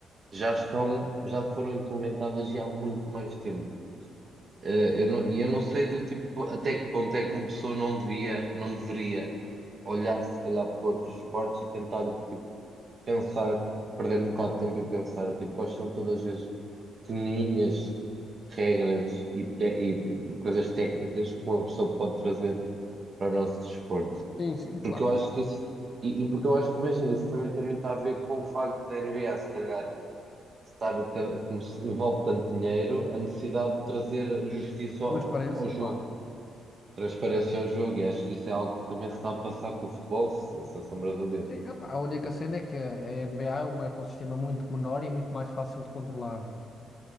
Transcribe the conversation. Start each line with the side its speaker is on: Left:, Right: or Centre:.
Right: já estão, já foram implementadas já há muito mais tempo. Eh, eu não- E eu não sei do tipo até que ponto é que uma pessoa não devia, não deveria olhar se calhar para outros esportes e tentar do tipo pensar, perder um bocado de tempo e pensar do tipo quais são todas as pequenininhas regras e, te- e- e coisas técnicas que uma pessoa pode trazer para o nosso desporto.
Left: Sim, sim, claro.
Right: Porque eu acho que isso, e, e porque eu acho que imagina, isso também tem muito a ver com o facto da NBA, se calhar estar, cada- como se envolve tanto dinheiro, a necessidade de trazer justiça ao,
Left: Transparência,
Right: ao jogo,
Left: claro.
Right: transparência ao jogo, e acho que isso é algo que também se está a passar com o futebol, se- sem sombra de dúvida.
Left: Sim, epá, a única cena é que a a NBA é um ecossistema muito menor e muito mais fácil de controlar, não é?